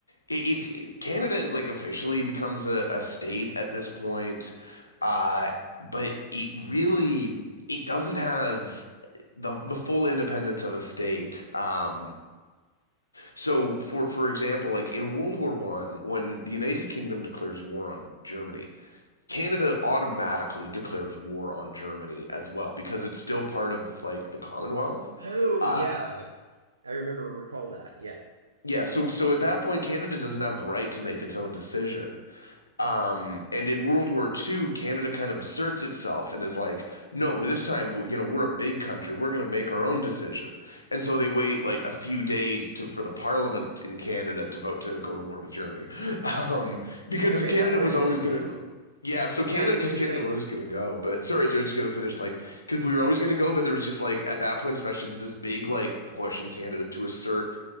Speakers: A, on the left; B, on the right.
A: it, it's Canada like officially becomes a, a state at this point, uh, but it really it doesn't have the the full independence of a state. Um, so, for for example, like in World War One, when the United Kingdom declares war on Germany, Canada automatically declares war on Germany as well because it's still part of like the Commonwealth.
B: Oh,
A: Uh,
B: yeah. I remember, recall that. Yeah.
A: yeah, so so at that point, Canada doesn't have the right to make its own decision. Um, and in World War Two, Canada kind of asserts itself and is like, no, well, this time, you know, we're a big country. We're going to make our own decision. And so they wait like a few days to for the parliament in Canada to vote to go to war with Germany. <laughs> Um, because
B: Okay,
A: Canada
B: that part
A: was
B: I
A: always
B: didn't
A: going
B: know.
A: to, yeah, so
B: Yeah,
A: Canada,
B: I mean,
A: because
B: I knew
A: Canada
B: that.
A: was going to go, but sorry, so I was just going to finish like, because we
B: Yeah.
A: were always going to go, but there was just like, at that point, especially, there's this big like push in Canada to assert